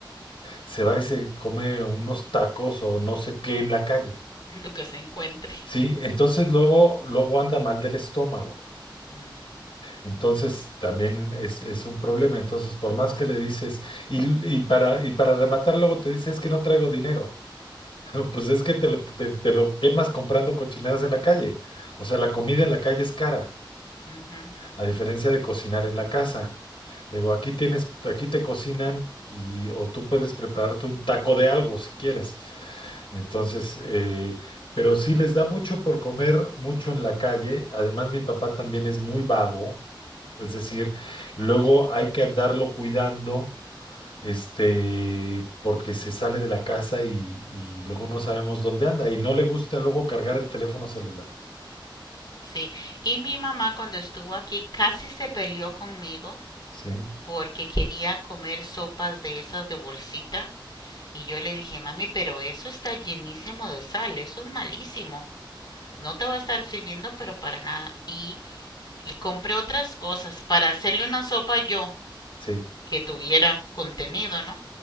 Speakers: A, on the left; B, on the left.
A: se va y se come unos tacos o no sé qué en la calle.
B: <laughs> Lo que se encuentre.
A: Sí, entonces luego, luego anda mal del estómago.
B: Ujú,
A: Entonces también es, es un problema. Entonces, por más que le dices, y, y para, y para rematar, luego te dices, es que no traigo dinero. <laughs> no Pues es que te lo, te- te lo quemas comprando cochinadas en la calle. O sea, la comida en la calle es cara,
B: ujú, ujú.
A: a diferencia de cocinar en la casa. Le Digo, aquí tienes, aquí te cocinan y o tú puedes prepararte un taco de algo si quieres. Entonces, eh, pero sí les da mucho por comer mucho en la calle. Además, mi papá también es muy vago, es decir, luego hay que andarlo cuidando, este, porque se sale de la casa y, y luego no sabemos dónde anda y no le gusta luego cargar el teléfono celular.
B: Sí, y mi mamá cuando estuvo aquí casi se peleó conmigo
A: Sí,
B: porque quería comer sopas de esas de bolsita y yo le dije, mami, pero eso está llenísimo de sal, eso es malísimo. No te va a estar sirviendo, pero para nada. Y le compré otras cosas para hacerle una sopa yo
A: sí,
B: que tuviera contenido, ¿no?